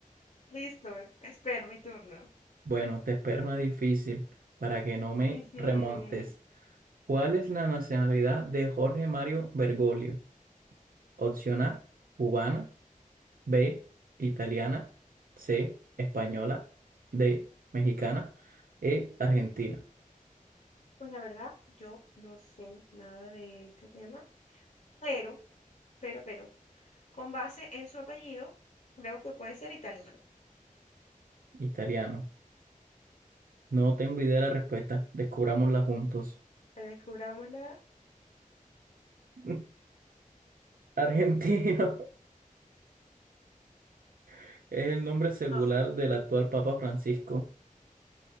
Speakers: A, on the left; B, on the right.
A: Listo, espero mi turno.
B: Bueno, te espero una difícil para que no me
A: Ujú.
B: remontes. ¿Cuál es la nacionalidad de Jorge Mario Bergoglio? Opción A, cubana, B, italiana, C, española, D, mexicana, E, argentina,
A: Pues la verdad, yo no sé nada de este tema, pero, pero, pero, con base en su apellido, creo que puede ser italiano.
B: italiano. No tengo idea de la respuesta, descubrámosla juntos.
A: Descubrámosla.
B: <laughs> Argentino <laughs> es el nombre secular
A: No,
B: del actual Papa Francisco,